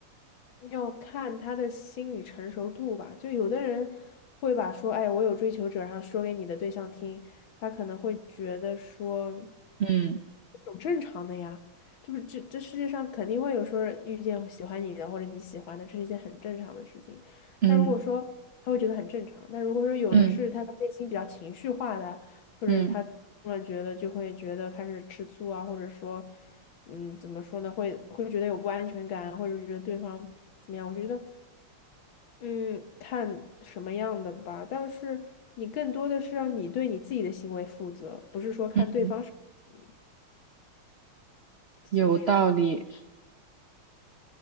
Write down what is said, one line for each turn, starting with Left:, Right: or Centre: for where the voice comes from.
Left: 要看他的心理成熟度吧。就有的人会把说，哎，我有追求者，然后说给你的对象听，他可能会觉得说，
Right: 嗯
Left: 有正常的呀，这不这这世界上肯定会有说遇见喜欢你的或者你喜欢的，这是一件很正常的事情。
Right: 嗯
Left: 但如果说他会觉得很正常，但如果说有的是他的内心比较情绪化的，
Right: 嗯
Left: 或者他突然觉得就会觉得开始吃醋啊，
Right: 嗯
Left: 或者说。嗯，怎么说呢？会会觉得有不安全感，或者是觉得对方怎么样？我觉得，嗯，看什么样的吧。但是你更多的是让你对你自己的行为负责，不是说看对方是你。
Right: 嗯，
Left: 其实，
Right: 有道理，